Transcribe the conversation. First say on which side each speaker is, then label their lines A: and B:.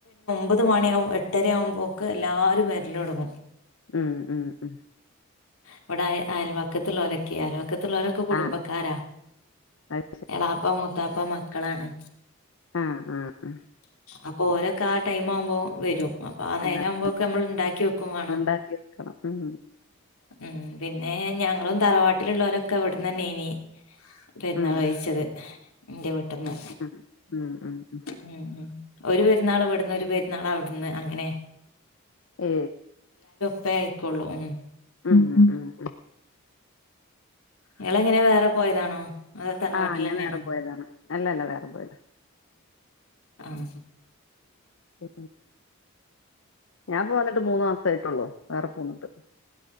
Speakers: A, on the left; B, on the left.
A: മുപ്പത് മണിയാവ്പോ എട്ടരയാകുമ്പോൾക്ക് എല്ലാരും വേരില തുടങ്ങും
B: ഉം ഉം ഉം
A: ഇവിടെ അയൽവാക്കത്തി ലക്കെ അയൽ പക്കത്തുള്ളവരൊക്കെ കുടുംബക്കാരാ
B: ആ അത്
A: എളാപ്പ മൂത്താപ്പ മ മക്കളാണ്
B: ആഹ അ അ
A: അപ്പൊ ഓരൊക്കെ ആ ടൈം ആവുമ്പോൾ വരും അപ്പ ആ
B: എല്ലാതും
A: നേര ആവുമ്പോൊക്കെ നമ്മൾ ഇണ്ടാക്കി വെക്കും വേണംോ
B: ഉണ്ടാക്കി വെക്കണം ഉം
A: ഉ പിന്നെ ഞങ്ങളും തറവാട്ടിലുള്ളവരൊക്കെ എവിടന്ന് തന്നെ ഇനി പുന്നാ
B: ഉം
A: കഴിച്ചത് എന്റെ വീട്ടന്ന്
B: ഉം ഉം ഉം ഉം.
A: ഉ ഉ ഒരു പെരുന്നാൾ ഇവിടന്ന് ഒരു പെരുന്നാൾ അവിടന്ന് അങ്ങനെ
B: ഏ
A: ഉപ്പ ആായിക്കൊള്ളും
B: ഉം ഉ ഉം ഉ
A: നിങ്ങള എങ്ങനെ വേറെ പോയതാണോ അതോ തറവാട്ടിലെന്നെയാണോ
B: ആഹ ഞാൻ വേറെ പോയതാണ് അല്ലല്ല വേറെ പോയത്
A: ആഹ
B: പി ഞാൻ പോന്നിട്ട് മൂന്ന മാസായിട്ടള്ളൂ വേറെ പോന്നിട്ട്